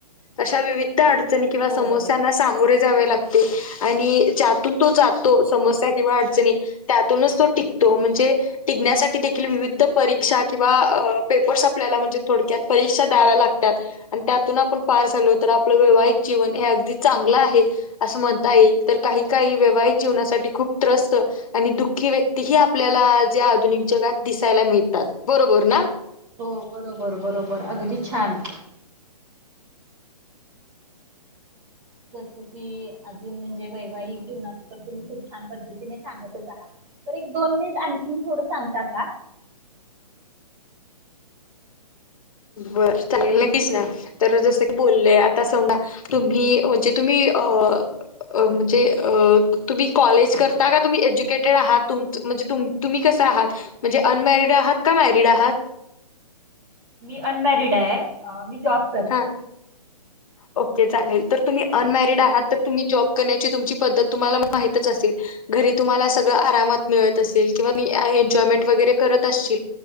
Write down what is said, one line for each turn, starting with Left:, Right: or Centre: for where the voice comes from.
Left: अशा विविध अडचणी किंवा
Right: हो
Left: समस्यांना
Right: बरोबर
Left: सामोरे जावे लागते आणि ज्यातून तो जातो समस्या किंवा अडचणी त्यातूनच तो टिकतो म्हणजे टिकण्यासाठी देखील विविध परीक्षा किंवा पेपर्स आपल्याला म्हणजे थोडक्यात परीक्षा द्याव्या लागतात. आणि त्यातून आपण पार झालो तर आपलं वैवाहिक जीवन हे अगदी चांगलं आहे. असं म्हणता येईल तर काही काही वैवाहिक जीवनासाठी खूप त्रस्त. आणि दुःखी व्यक्तीही आपल्याला आज या आधुनिक जगात दिसायला मिळतात बरोबर ना.
Right: हो बरोबर बरोबर अगदी छान. जस की अजून म्हणजे वैवाहिक जीवनात तर तुम्ही खूप छान पद्धतीने सांगतच आहात. तर एक दोन मिनिट आणखी थोडं सांगता का.
Left: बर चालेल नक्कीच ना. तर जसं की बोलले आता समजा तुम्ही म्हणजे तुम्ही अ अ म्हणजे तुम्ही कॉलेज करता का तुम्ही एज्युकेटेड आहात तुम म्हणजे तुम. तुम्ही कसं आहात म्हणजे अनमॅरिड आहात का मॅरिड आहात.
Right: मी अनमॅरिड आहे मी जॉब. करते
Left: हा ओके चालेल तर तुम्ही अनमॅरिड आहात तर तुम्ही जॉब करण्याची तुमची पद्धत तुम्हाला माहितच असेल. घरी तुम्हाला सगळं आरामात मिळत असेल किंवा म एन्जॉयमेंट वगैरे करत असश.